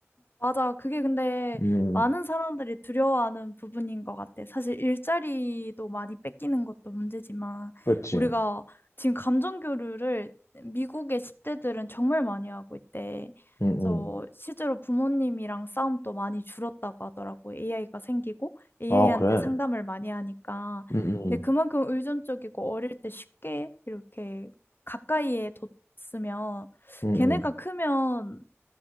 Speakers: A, on the left; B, on the left.
A: 맞아. 그게 근데
B: 음,
A: 많은 사람들이 두려워하는 부분인 것 같아. 사실 일자리도 많이 뺏기는 것도 문제지만
B: 그렇지.
A: 우리가 지금 감정 교류를 미국의 10대들은 정말 많이 하고 있대.
B: 음, 음.
A: 그래서 실제로 부모님이랑 싸움도 많이 줄었다고 하더라고. AI가 생기고 AI한테
B: 아, 그래.
A: 상담을 많이 하니까.
B: 음, 음,
A: 근데 그만큼 의존적이고 어릴 때 쉽게 이렇게 가까이에 뒀으면
B: 음, 음.
A: 걔네가 크면